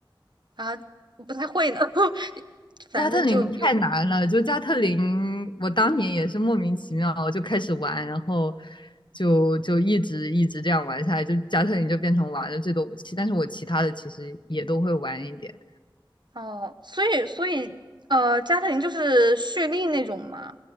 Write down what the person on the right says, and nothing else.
啊，不太会呢。<laughs> 反正就有
哦，所以所以呃，加特林就是蓄力那种嘛。